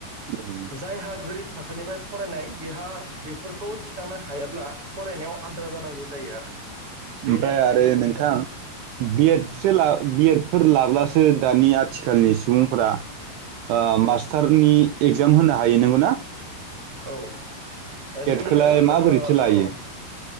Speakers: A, on the right (about 80°); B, on the right (about 35°).
A: उम
B: जायहा गोरिब थाखोनिफ्राय फरायनाय बेहा बेफोरखौ थिखांनो हायाब्ला फरायनायाव आद्रा जानांगौ जायो आरो। बेनो
A: ओमफ्राय आरो
B: जोंनि
A: नोंथां
B: थाखाय
A: बि एडसो
B: उम
A: ला बि एड फोर लाब्लासो दानि आथिखालनि सुबुंफोरा ओ मास्टारनि
B: औ
A: एगजाम होनो हायो नंगौ ना?
B: औ। नोंनो
A: खौलाय
B: ओ
A: माबोरैथो लायो
B: औ